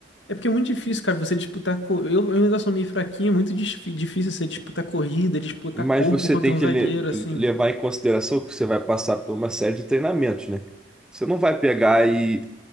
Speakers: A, on the left; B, in the centre.
A: É porque é muito difícil, cara, você disputar. co- Eu, eu ainda sou meio fraquinho, é muito dis- difícil você disputar corrida, disputar
B: Mas
A: corpo
B: você
A: contra
B: tem
A: um
B: que
A: zagueiro,
B: le-
A: assim.
B: levar em consideração que você vai passar por uma série de treinamentos, né? Você não vai pegar e,